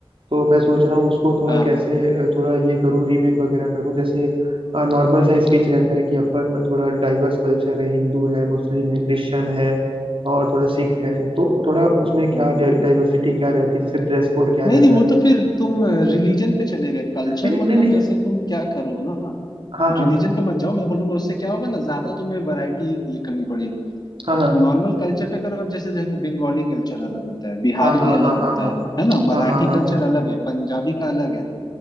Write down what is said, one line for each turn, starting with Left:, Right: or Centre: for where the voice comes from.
Right: तो मैं सोच रहा हूँ उसको थोड़ा
Left: हाँ
Right: कैसे अ, थोड़ा ये करूँ रीमेक वगैरह करूँ जैसे नॉर्मल सा स्पीच रहता है कि अपन थोड़ा डाइवर्स कल्चर है हिंदू है मुस्लिम है क्रिश्चियन है और थोड़ा सिख है तो थोड़ा उसमें
Left: हम्म
Right: क्या डाइवर्सिटी क्या रहती है जैसे ड्रेस कोड क्या
Left: नहीं
Right: रहता
Left: नहीं वो
Right: है
Left: तो फिर तुम रिलीजन पे चले गए कल्चर
Right: नहीं नहीं
Left: मतलब
Right: नहीं नहीं,
Left: जैसे तुम क्या करो ना
Right: हाँ हाँ
Left: रिलीजन पे मत जाओ मैं बोलूंगा उससे क्या होगा ना ज्यादा तुम्हें वैरायटी ये करनी पड़ेगी
Right: हाँ
Left: और
Right: हाँ
Left: नॉर्मल कल्चर पे करो अब जैसे देखो बंगाली कल्चर अलग होता है बिहारी
Right: हाँ हाँ
Left: अलग
Right: हाँ
Left: होता
Right: हाँ हाँ
Left: है है ना
Right: हाँ
Left: मराठी
Right: हाँ हाँ
Left: कल्चर
Right: हाँ
Left: अलग है पंजाबी का अलग है